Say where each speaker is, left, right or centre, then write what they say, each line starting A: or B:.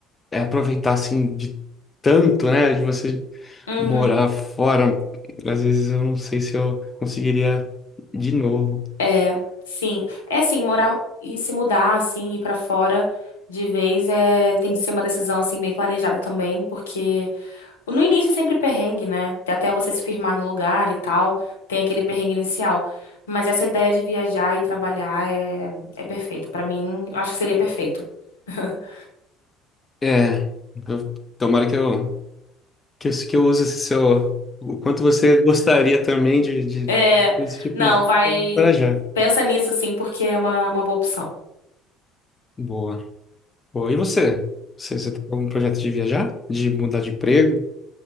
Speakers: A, on the left; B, on the left.
A: é aproveitar assim de tanto, né? De você
B: Uhum.
A: morar fora. Às vezes eu não sei se eu conseguiria de novo.
B: É, sim. É assim, morar e se mudar assim, ir pra fora de vez é tem que ser uma decisão assim bem planejada também, porque no início é sempre perrengue, né? Até você se firmar no lugar e tal, tem aquele perrengue inicial. Mas essa ideia de viajar e trabalhar é, é perfeito. Pra mim, eu acho que seria perfeito. <laughs>
A: É, eu, tomara que eu, que eu, que eu use esse seu. O quanto você gostaria também de, de-
B: É,
A: desse tipo
B: não,
A: de vida
B: vai.
A: para já.
B: Pensa nisso sim, porque é uma, uma boa opção.
A: Boa. Pô, e você? Você, você tá com algum projeto de viajar? De mudar de emprego?